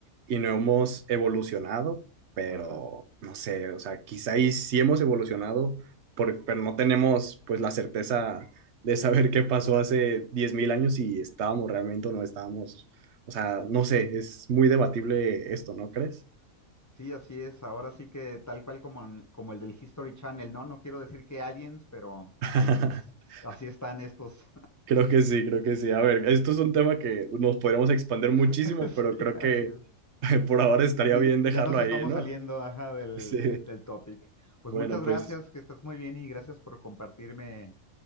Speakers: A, on the right; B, on the left.
A: y no hemos evolucionado, pero
B: ajá.
A: no sé, o sea, quizá y sí hemos evolucionado, por- pero no tenemos pues la certeza de saber qué pasó hace 10.000 años si estábamos realmente o no estábamos. O sea, no sé, es muy debatible esto, ¿no crees?
B: Sí, así es. Ahora sí que tal cual como, en- como el del History Channel, ¿no? No quiero decir que aliens, pero
A: <laughs>
B: aliens. Así están estos.
A: Creo que sí, creo que sí. A ver, esto es un tema que nos podríamos expandir
B: <laughs>
A: muchísimo,
B: Sí,
A: pero creo
B: así
A: que
B: es.
A: <laughs> por ahora estaría
B: Sí,
A: bien dejarlo
B: ya nos estamos
A: ahí, ¿no?
B: saliendo,
A: <laughs>
B: ajá, del,
A: Sí.
B: del topic. Pues
A: Bueno,
B: muchas gracias,
A: pues
B: que estás muy bien y gracias por compartirme